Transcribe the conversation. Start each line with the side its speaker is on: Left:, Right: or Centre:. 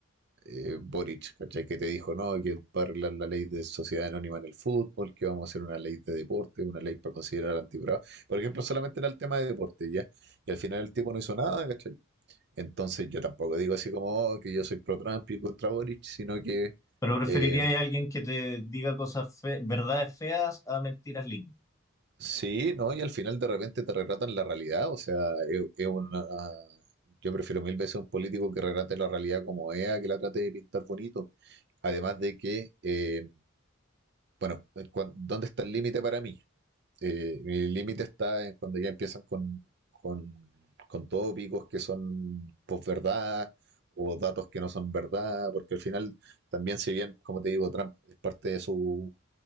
Right: eh, Boric, ¿cachai? Que te dijo, no, que va a arreglar la ley de sociedad anónima en el fútbol, que vamos a hacer una ley de deporte, una ley para considerar antibravo. Por ejemplo, solamente era el tema de deporte, ¿ya? Y al final el tipo no hizo nada, ¿cachai? Entonces yo tampoco digo así como oh, que yo soy pro Trump y contra Boric, sino que
Left: Pero preferiría
Right: eh,
Left: a alguien que te diga cosas fe- verdades feas a mentiras lindas.
Right: sí, ¿no? Y al final de repente te retratan la realidad, o sea, es, es una... Yo prefiero mil veces un político que retrate la realidad como es, a que la trate de pintar bonito. Además de que, eh, bueno, ¿dónde está el límite para mí? Eh, mi límite está en cuando ya empiezan con, con, con tópicos que son posverdad o datos que no son verdad, porque al final también si bien, como te digo, Trump es parte de su,